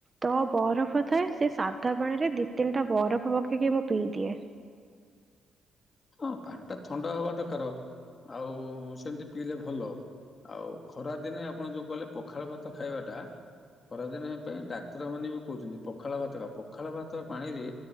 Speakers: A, on the right; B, on the left.
A: ତ ବରଫ ଥାଏ ସେ ସାଧା ପାଣି ରେ ଦି ତିନିଟା ବରଫ ପକେଇକି ମୁଁ ପିଇଦିଏ।
B: ହଁ ପାଣି ଟା ଥଣ୍ଡା ହବା ଦରକାର ଆଉ ସେମିତି ପିଇଲେ ଭଲ। ଆଉ ଖରା ଦିନେ ଆପଣ ଯୋଉ କହିଲେ ପଖାଳ ଭାତ ଖାଇବାଟା ଖରାଦିନ ପାଇଁ ଡାକ୍ତର ମାନେ ବି କହୁଛନ୍ତି ପଖାଳ ଭାତ ଖା, ପଖାଳ ଭାତ ପାଣି ରେ